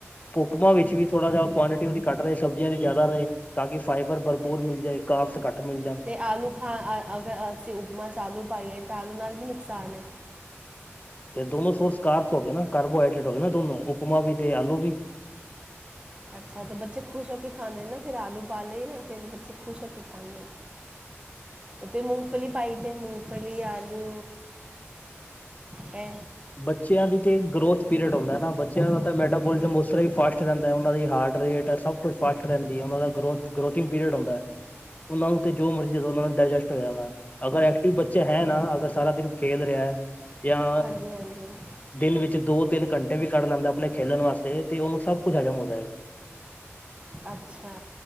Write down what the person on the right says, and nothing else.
ਤੇ ਆਲੂ ਖਾ ਅਗਰ ਅਸੀਂ ਉਪਮਾ ਚ ਆਲੂ ਪਾਈਏ ਤਾਂ ਆਲੂ ਨਾਲ ਵੀ ਨੁਕਸਾਨ ਐ।
ਅੱਛਾ ਤੇ ਬੱਚੇ ਖੁਸ਼ ਹੋ ਕੇ ਖਾਂਦੇ ਨਾ ਫਿਰ ਆਲੂ ਪਾ ਲਈਏ ਨਾ ਫਿਰ ਬੱਚੇ ਖੁਸ਼ ਹੋ ਕੇ ਖਾਂਦੇ ਨੇ। ਉਤੇ ਮੂੰਗਫਲੀ ਪਾਈ ਦੇ ਮੂੰਗਫਲੀ, ਆਲੂ ਐ।
ਜੀ, ਹਾਂਜੀ, ਹਾਂਜੀ।
ਅੱਛਾ